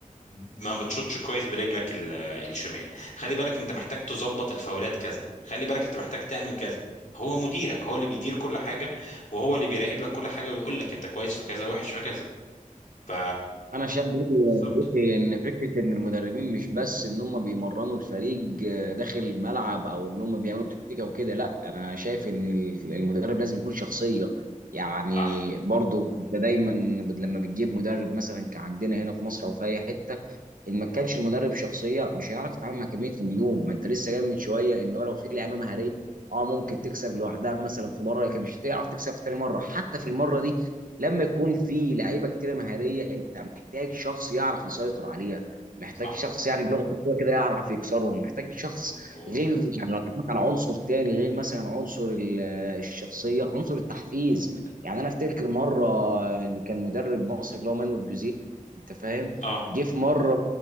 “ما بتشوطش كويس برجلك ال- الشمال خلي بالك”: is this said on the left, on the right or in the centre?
Left